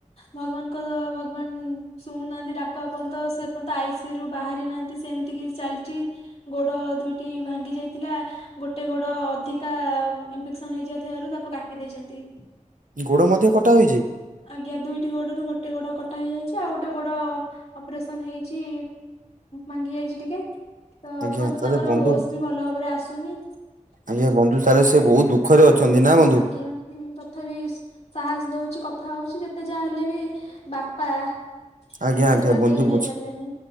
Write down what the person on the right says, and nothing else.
ଗୋଡ଼ ମଧ୍ୟ କଟା ହୋଇଚି?
ଆଜ୍ଞା ତାହେଲେ
ବନ୍ଧୁ
ଆଜ୍ଞା ବଧୁ <unintelligible> ସେ ବହୁ ଦୁଃ ସୁଖରେ ଅଛନ୍ତି ନା ବନ୍ଧୁ?
ଆଜ୍ଞା
ଆଜ୍ଞା
ବନ୍ଧୁ
ବୁଝୁ